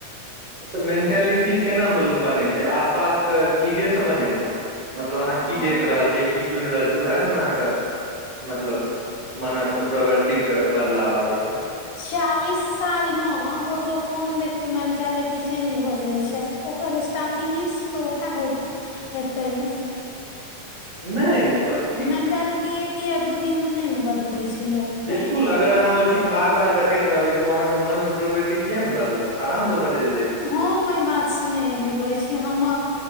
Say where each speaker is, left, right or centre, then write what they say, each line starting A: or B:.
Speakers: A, on the right; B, on the left.
A: तऽ मेंटालिटी केना बनै छै आसपास के चीजे स बनै छै मतलब अहाँ की
B: हँ
A: देख रहल छियै की सुनि रहल छियै उएहस ने अहाँके मतलब मनक प्रवृतिक के बदलाव आबै छै
B: चियालीस सालमे ककरो फोन देख कऽ मेंटालिटी चेंज भऽ जाइ छै ओकर स्टार्टिगेसँ तऽ ओएह हो हेतै ने
A: नहि ब-
B: मेंटालिटी एक या दू दिन ओ नहि ने बदलै छै लोकके
A: बिल्कुल अगर अहाँ चीज बार बार देखैत रहबै तऽ ओ अहाँ के मन के प्रवृति कििया नऽ बदलत आराम से बदलि जाय छै
B: हम एहि बातसँ नहि एग्री करै छी हमर